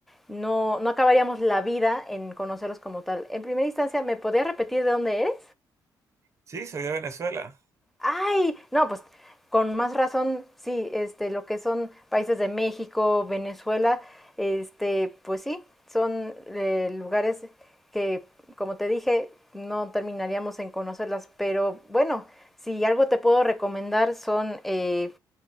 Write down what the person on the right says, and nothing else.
Sí, soy de Venezuela.